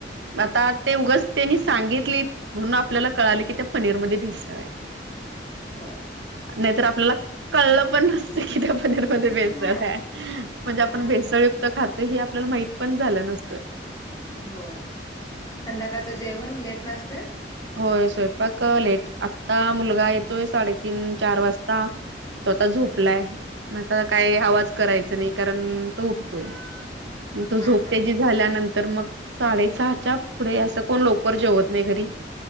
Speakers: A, on the right; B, on the left.
A: आता ते उगच त्यांनी सांगितली म्हणून आपल्याला कळाले की त्या पनीरमध्येध्ये भेसय
B: होय
A: नाहीतर आपल्याला कळलं पण नसत किती पण भेळ
B: हा
A: म्हणजे
B: हा
A: आपण भेसळयुक्त खातो हे आपल्याला माहित पण झालं नसतं
B: होय संध्याकाळचं जेवण लेट नासतं
A: होय स्वयंपाक लेट आता मुलगा येतोय साडेतीन चार वाजता तो आता झोपलाय मग आता काही आवाज करायचा नाही कारण तो उठतोय तो
B: हा
A: झोप
B: हा
A: त्या ज झाल्यानंतर मग साडेसहाच्या पुढे असं कोण लोकर जेवत नाही घरी